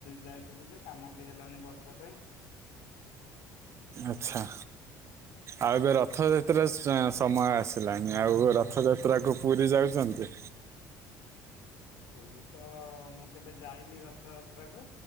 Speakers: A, on the left (about 85°); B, on the right (about 40°).
A: ଯାଇଥିଲୁ ଯେ, କାମ ବି ହେଲାନି ବର୍ଷା ପାଇଁ।
B: ଆଚ୍ଛା।
A: <inaudible>
B: ଆଉ ଏବେ ରଥଯାତ୍ରା ସମୟ ଆସିଲାନି, ଆଉ ରଥଯାତ୍ରାକୁ ପୁରୀ ଯାଉଛନ୍ତି।
A: ପୁରୀ ତ ମୁଁ କେବେ ଯାଇନି ରଥଯାତ୍ରାକୁ